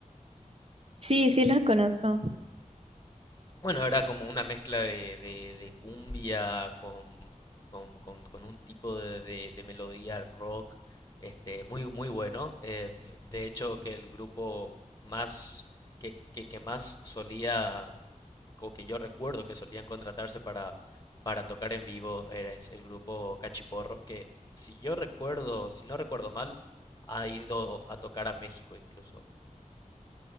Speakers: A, on the right (about 45°); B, on the left (about 25°).
A: Sí, sí la conozco.
B: Bueno, era como una mezcla de, de, de cumbia con, con, con- con un tipo de, de- de melodía rock, este, muy, muy bueno. Eh, de hecho, que el grupo más que, que, que más solía o que yo recuerdo que solían contratarse para, para tocar en vivo es el grupo Cachiporros, que si yo recuerdo, si no recuerdo mal, ha ido a tocar a México incluso.